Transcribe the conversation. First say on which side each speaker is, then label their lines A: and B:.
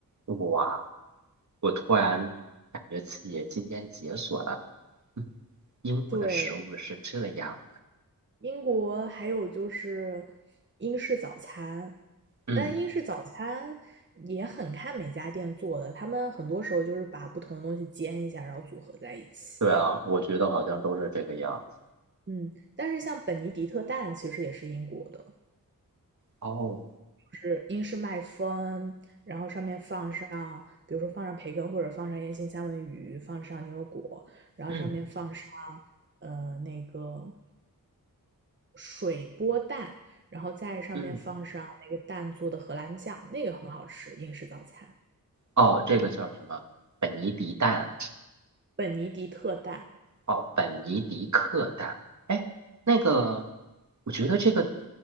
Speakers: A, on the right (about 50°); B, on the right (about 30°).
A: 哇，我突然感觉自己今天解锁了，嗯，英国的食物是这样，
B: 对，英国还有就是英式早餐，
A: 嗯。
B: 但英式早餐也很看每家店做的，他们很多时候就是把不同的东西煎一下，然后组合在一起。
A: 对啊，我觉得好像都是这个样子。
B: 嗯，但是像本尼迪特蛋其实也是英国的，
A: 哦，
B: 是英式麦风，然后上面放上，比如说放上培根或者放上烟熏三文鱼，放上牛油果，然后上面放上
A: 嗯
B: 呃那个水波蛋，然后再上面放上那个蛋做的荷兰酱，
A: 嗯，
B: 那个很好吃，英式早餐，
A: 哦，
B: 嗯，
A: 这个叫什么？本尼迪蛋，
B: 本尼迪特蛋，
A: 哦，本尼迪克蛋。哎，那个，我觉得这个